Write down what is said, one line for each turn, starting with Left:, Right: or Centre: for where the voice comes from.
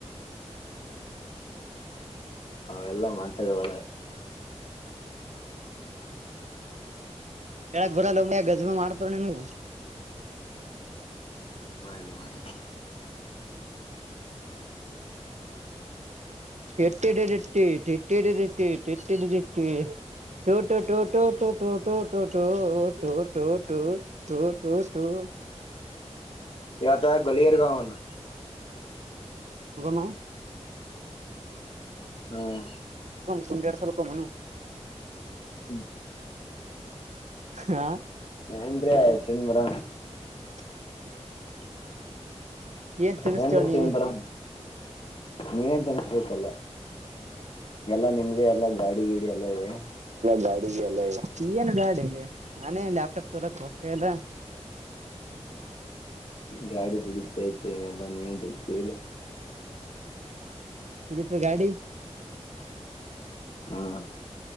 Left: ಅವೆಲ್ಲಾ ಮಾತಾಡವಳ
Right: ಎಕ್ ಗರ ಲಂಬ ಗಜಮೆ ಮಾಡ್ತಾರನು
Left: ಮಾಡಾಯಲಿ ಮಾಡ
Right: ಕೆಟ್ಟಿಡದಿಟ್ಟಿ ತಟ್ಟಿಡದಿಟ್ಟ ತಟ್ಟಿಡದಿಟ್ಟ ಟೋಟೋ ಟೋ ಟೋಟ ಟೋಟೋ ಟೋಟೋಟೋಟೋಟೋ ಟೋ ಟೋಟೋ ಪತ್ರ
Left: ಇವತ ಗಳಿಯಾರ ಗಾಾವನ
Right: ಗಗ ಮಾಯ
Left: ಹ್ಮ
Right: ಕುಂಡಡ್ಸಲ್ಕ ಮನು
Left: ಹ್ಮ್
Right: ಹಾ
Left: ಏನ್ೀ ಆಯ್ತನ್ ಮರ
Right: <inaudible> ತಿನ್ನಿಸ್ತೇಳ
Left: ನ
Right: ನೀನೆ
Left: ತಿಂಬರ ನೀನೇ ತಿನಚ ಬಕ್ಕಲ್ಲ ಎಲ್ಲ ನಿಮ್ದೇ ಎಲ್ಲ ಗಾಡಿ ಗೀಡಿ ಎಲ್ಲ ಇದೆ
Right: ಗಾ ಏನು ಗಾಡಿಲ್ಲಿ ನಾನೇ ಲ್ಯಾಪ್ಟಾಪ್ ತೋರಕ್ ಹೋಗತ ಇಲ್ಲ <inaudible>
Left: ಗಾಡಿ ಬಿಡಿತಯ್ತ ಇನೆಲ್ಲ ನೀವ ಬಿಡ್ತೀವ್ರರಿ
Right: ಕುಡಿತ ಗಾಡಿ
Left: ಹ್ಮ್